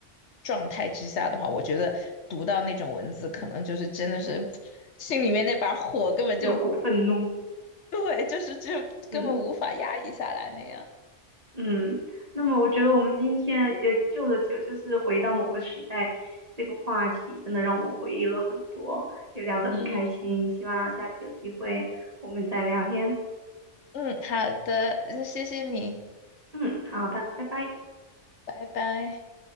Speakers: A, on the left (about 65°); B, on the right (about 30°).
A: 状态之下的话，我觉得读到那种文字，可能就是真的是心里面那把火根本就
B: 有股愤怒，
A: 对，就是就根本无法压抑下来那样。
B: 嗯。嗯，那么我觉得我们今天也就着就就是回到某个时代这个话题，真的让我们回忆了很多，也聊得很开心。
A: 嗯，
B: 希望下次有机会我们再聊天。
A: 嗯，好的，那谢谢你，
B: 嗯，好的，拜拜。
A: 拜拜。